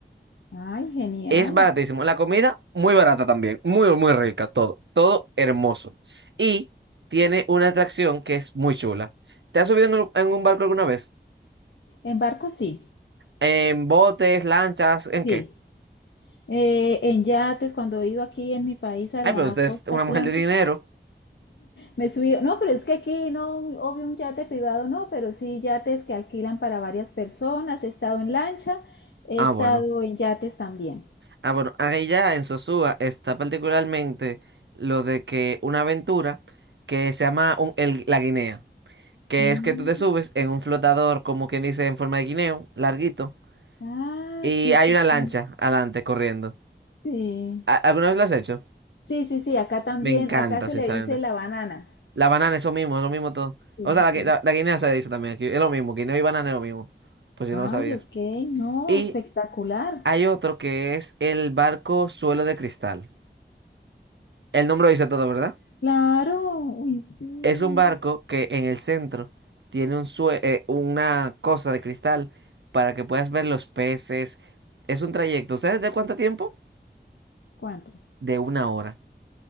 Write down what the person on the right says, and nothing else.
Es baratísimo. La comida, muy barata también. Muy, muy rica, todo. Todo hermoso. Y tiene una atracción que es muy chula. ¿Te has subido en, un en un barco alguna vez?
¿En botes, lanchas, en
qué?
Ay,
pero usted
es una
mujer de dinero.
Ah,
bueno.
Ah, bueno, ahí ya en Sosúa está particularmente lo de que una aventura que se llama un- el- la guinea, que
es que tú te subes en un flotador, como quien dice, en forma de guineo, larguito,
y
hay
una
lancha adelante corriendo.
¿A- ¿Alguna vez lo has hecho?
Me encanta,
sinceramente.
La banana es lo mismo, es lo mismo todo.
O sea, la, gui-
la- la guinea se dice también aquí, es lo mismo, guineo y banana es lo mismo, por si no lo sabías.
Y
hay otro que es el barco suelo de cristal. El nombre lo dice todo, ¿verdad?
Es un barco que en el centro tiene un sue- eh, una cosa de cristal para que puedas ver los peces. Es un trayecto. ¿Sabes de cuánto tiempo?
De una hora.